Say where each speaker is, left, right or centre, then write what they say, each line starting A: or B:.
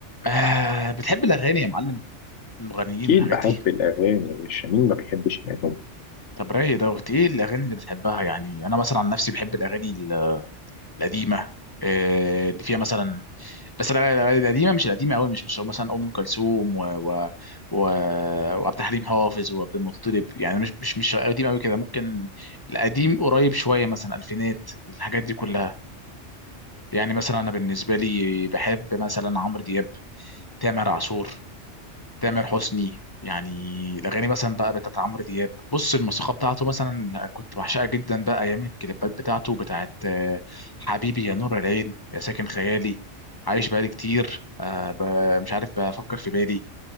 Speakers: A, on the left (about 25°); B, on the left (about 75°).
A: آه بتحب الأغاني يا معلم المغنيين
B: أكيد
A: والحاجات
B: بحب
A: دي
B: الأغاني يا باشا مين ما بيحبش الأغاني
A: طب رايق دوت إيه الأغاني اللي بتحبها يعني أنا مثلا عن نفسي بحب الأغاني ال- القديمة آه اللي فيها مثلا بس الأغاني- الأغاني القديمة مش القديمة أوي مش مش مثلا أم كلثوم و... و... و... وعبد الحليم حافظ وعبد المطلب يعني مش مش مش قديم أوي كده ممكن القديم قريب شوية مثلا ألفينات الحاجات دي كلها يعني مثلا أنا بالنسبة لي بحب مثلا عمرو دياب تامر عاشور تامر حسني يعني الاغاني مثلا بقى بتاعت عمرو دياب بص الموسيقى بتاعته مثلا كنت بعشقها جدا بقى ايام الكليبات بتاعته بتاعت آه، حبيبي يا نور العين يا ساكن خيالي عايش بقالي كتير آه، ب- مش عارف بفكر في بالي